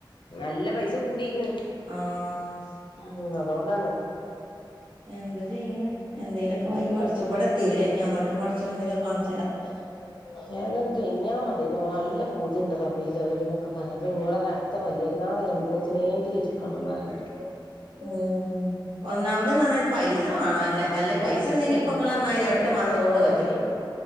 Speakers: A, on the left; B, on the right.
A: നല്ല പൈസ കൂടീക്ക്ണ്
B: ആ....
A: ഉം. അതോണ്ടാണ്.
B: എന്ത ചെയ്യിനെ എന്തേലൊക്കെ വയി പടച്ചോ ഇവടെത്തീലെ... ഇഞ് അങ്ങട്ടും പടച്ചോൻ ന്തെങ്കിലൊക്കെ കണ്ട്
A: <unintelligible> പൂതിയണ്ട് റബ ലവല എന്നൊക്കെ പറയാ അപ്പോ ഇന്നോട് പറയുവാ അടുത്ത വലിയ പെരുന്നാൾ ഇരിക്കണം എന്ന് പറയണ്ട്
B: ഉം ഒന്നാമത് നന്നായി പൈസ ണ്ണാല്ലേ അല്ലേയ് അല്ലെ
A: പൈസേണ്
B: പൈസ ഉണ്ടെങ്കി ഇപ്പൊ നന്നായി
A: പൈസ
B: രണ്ട്
A: എപ്പളോ
B: മാസം കൊണ്ട് വേച്ചും
A: കഴിഞ്ഞു